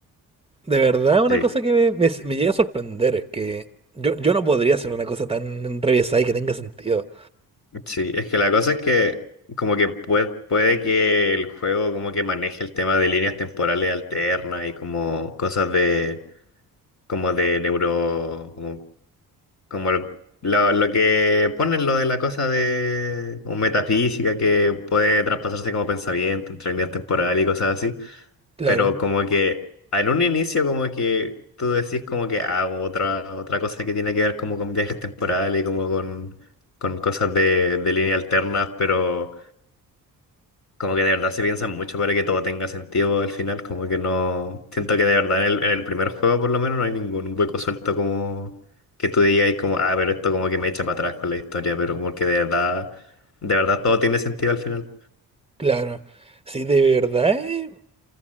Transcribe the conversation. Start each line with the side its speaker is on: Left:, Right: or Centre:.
Right: De verdad, una
Left: Sí,
Right: cosa que me, me- me llega a sorprender es que yo, yo no podría hacer una cosa tan revesada y que tenga sentido.
Left: sí, es que la cosa es que como que puede, puede que el juego como que maneje el tema de líneas temporales alternas y como cosas de como de neuro, como, como lo, lo- lo que ponen lo de la cosa de como metafísica que puede traspasarse como pensamiento entre líneas temporales y cosas así,
Right: Claro,
Left: pero como que en un inicio como que tú decís como que ah, otra, otra cosa que tiene que ver como con viajes temporales y como con, con cosas de, de línea alterna, pero... Como que de verdad se piensan mucho para que todo tenga sentido al final, como que no... Siento que de verdad en el, en el primer juego por lo menos no hay ningún hueco suelto como que tú digas como, ah, pero esto como que me echa para atrás con la historia, pero como que de verdad, de verdad todo tiene sentido al final.
Right: claro. Sí, de verdad. eh,